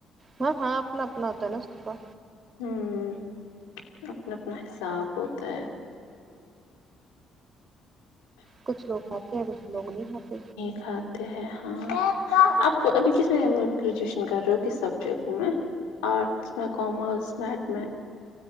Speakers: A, on the right (about 35°); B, on the left (about 85°).
A: ہاں ہاں اپنا اپنا ہوتا ہے نا س کا
B: ہوں اپنا اپنا حساب ہوتا ہے
A: کچھ لوگ کھاتے ہیں کچھ لوگ نہیں کاتے
B: ک آتے ہیں ہاں آپ ابھی کس میں گریجویشن کر رہے ہو کس سبجیکٹ میں آرٹس میں کامرس میںڈ میں